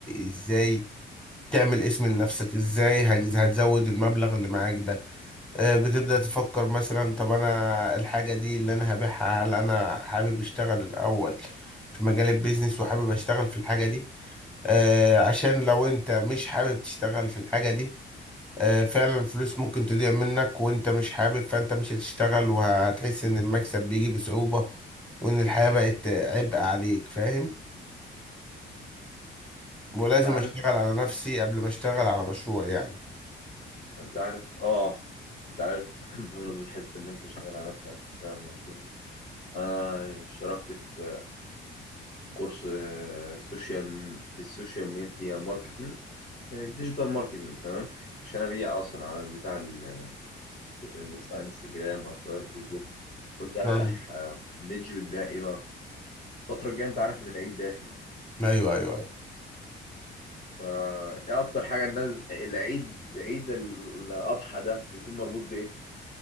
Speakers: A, in the centre; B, on the left (about 35°).
A: ازاي تعمل اسم لنفسك ازاي هج- هتزود المبلغ اللي معاك ده آه، بتبدأ تفكر مثلا طب انا الحاجة دي اللي انا هبيعها هل انا حابب اشتغل الاول في مجال البيزنس وحابب اشتغل في الحاجة دي آه، عشان لو انت مش حابب تشتغل في الحاجة دي آه، فعلا الفلوس ممكن تضيع منك وانت مش حابب فانت مش هتشتغل وهتحس ان المكسب بيجي بصعوبة وان الحياة بقت عبء عليك فاهم ولازم
B: انت عارف
A: اشتغل على نفسي قبل ما اشتغل على مشروع يعني
B: انت عارف اه انت عارف <laughs> بمناسبه حته ان انت تشتغل على نفسك تشتغل على مشروعي انا اشتركت في كورس آه، سوشيال في السوشيال ميديا ماركتينج آه، ديجيتال ماركتينج تمام عشان ابيع اصلا على البتاع ال- ال- سواء انستجرام او سواء فيسبوك قلت افتح
A: فاهم
B: آه، بيدج بتبيع ايه بقى الفترة الجاية انت عارف ان العيد داخل
A: ايوه ايوه ايوه
B: فا ايه اكتر حاجة الناس العيد عيد ال- الاضحى ده بيكون مربوط بايه